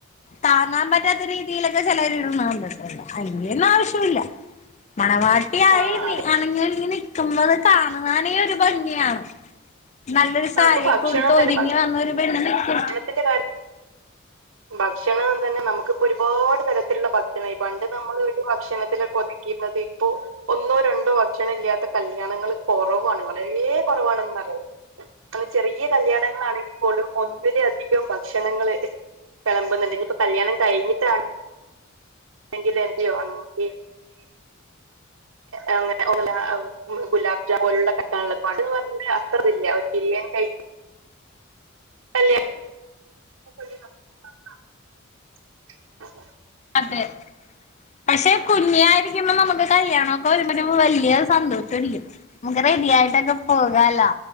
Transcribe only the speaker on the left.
താങ്ങാൻ പറ്റാത്ത രീതിയിലൊക്കെ ചെലര് ഇട്ണകണ്ടിട്ടുണ്ട് ആയിന്റെന്നാ ആവിശുല്ല്യ മണവാട്ടിയായി
നി
അണിഞ്ഞൊരിങ്ങി നിക്കുമ്പത് കാണുവാനേ ഒരു ഭംഗിയാണ് നല്ലൊരു സാരിയൊക്കുടുത്ത്
ഒരുങ്ങി വന്നരു പെണ്ണ് നിക്ക്
അതെ പക്ഷെ കുഞ്ഞായിരിക്കുബം നമുക്ക് കല്യാണൊക്കെ വരുമ്പോ വല്ല്യ സന്തോഷയിരിക്കും നമുക്ക് റെഡി ആയിട്ടൊക്കെ പോകാലാ